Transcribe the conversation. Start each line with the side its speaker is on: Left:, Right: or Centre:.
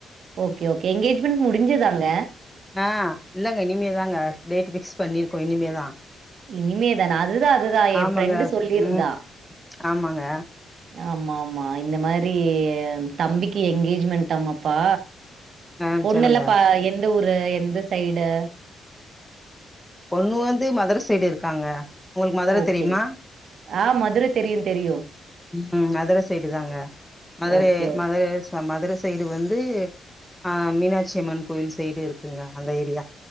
Right: ஓகே ஓகே என்கேஜ்மெண்ட் முடிஞ்சுதாங்க
Centre: ஆ இல்லங்க இனிமே தாங்க டேட் ஃபிக்ஸ் பண்ணிருக்கோ இனிமேதா
Right: இனிமே தானா அதுதா அதுதா ஏ
Centre: ஆமாங்க
Right: ஃப்ரெண்டு சொல்லிருந்தா
Centre: ம் ஆமாங்க
Right: ஆமாமா இந்த மாரி தம்பிக்கு என்கேஜ்மெண்ட்டாமாப்பா
Centre: ஆ
Right: பொண்ணெல்லா
Centre: சொல்லுங்க
Right: பா எந்த ஊரு எந்த சைடு
Centre: பொண்ணு வந்து மதுர சைடு இருக்காங்க ஒங்களுக்கு மதுர
Right: ஓகே.
Centre: தெரியுமா
Right: ஆ மதுரை தெரியும், தெரியும்.
Centre: ம் மதுர சைடு தாங்க மதுரே
Right: ஓகே, ஓகே.
Centre: மதுரே அ மதுர சைடு வந்து அ மீனாட்சி அம்மன் கோயில் சைடு இருக்குங்க அந்த ஏரி